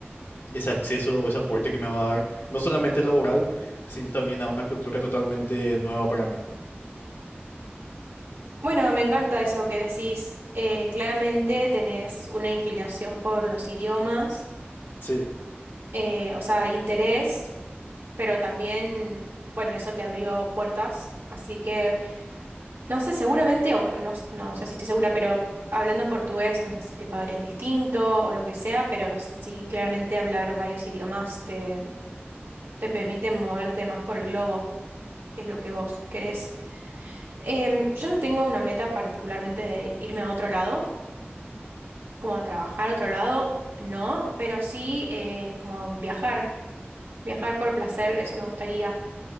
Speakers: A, on the left (about 65°); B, on the right (about 75°).
A: ese acceso o ese aporte que me va a dar, no solamente laboral, sino también a una cultura totalmente nueva para mí.
B: Bueno, me encanta eso que decís. Eh, claramente tenés una inclinación por los idiomas,
A: Sí.
B: eh, o sea, interés, pero también, bueno, eso te abrió puertas. Así que... No sé, seguramente, o ca- no, s- no sé si estoy segura, pero hablando portugués, no sé si te pagarían distinto o lo que sea, pero sí, claramente hablar varios idiomas te, te permite moverte más por el globo, que es lo que vos querés. Em, yo no tengo una meta particularmente de irme a otro lado, como a trabajar a otro lado, no, pero sí eh, como viajar, viajar por placer, eso me gustaría.